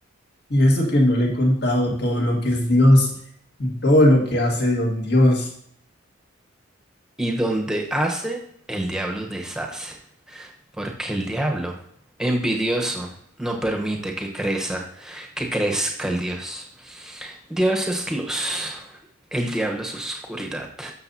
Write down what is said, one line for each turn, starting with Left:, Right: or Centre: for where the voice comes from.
Left: Y eso que no le he contado todo lo que es Dios y todo lo que hace don Dios.
Centre: Y donde hace, el diablo deshace. Porque el diablo, envidioso, no permite que crezca, que crezca el Dios. Dios es luz, el diablo es oscuridad.